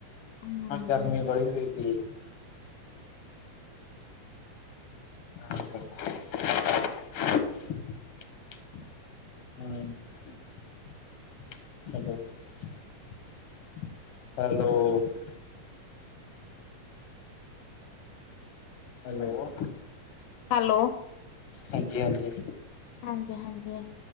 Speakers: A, on the left; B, on the left.
A: ਹਾਂਜੀ।
B: ਹਾਂ ਗਰਮੀ ਬੜੀ ਹੋਈਦੀ ਪਈ। ਅਛ <unintelligible> ਹੂੰ। ਹੈਲੋ। ਹੈਲੋ।
A: ਹੈਲੋ,
B: ਹਾਂਜੀ ਹਾਂਜੀ
A: ਹਾਂਜੀ-ਹਾਂਜੀ